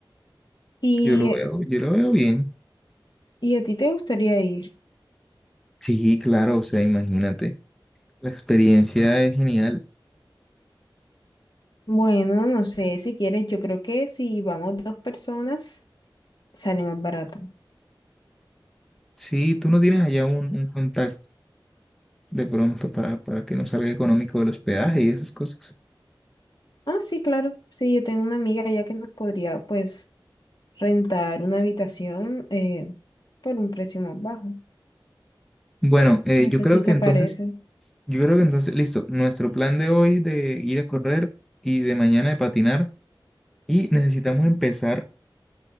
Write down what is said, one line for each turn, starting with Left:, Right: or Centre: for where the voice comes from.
Left: ¿Y,
Centre: Yo lo
Left: eh,
Centre: veo, yo lo veo bien.
Left: y a ti te gustaría ir?
Centre: Sí, claro, o sea, imagínate. La experiencia es genial.
Left: Bueno, no sé, si quieres, yo creo que si vamos dos personas, sale más barato.
Centre: Sí, tú no tienes allá un, un contacto. de pronto para, para que no salga económico el hospedaje y esas cosas.
Left: Ah, sí, claro, sí, yo tengo una amiga allá que nos podría, pues, rentar una habitación eh, por un precio más bajo.
Centre: Bueno, eh,
Left: No
Centre: yo
Left: sé
Centre: creo
Left: si
Centre: que
Left: te
Centre: entonces,
Left: parece.
Centre: yo creo que entonces, listo, nuestro plan de hoy de ir a correr y de mañana de patinar y necesitamos empezar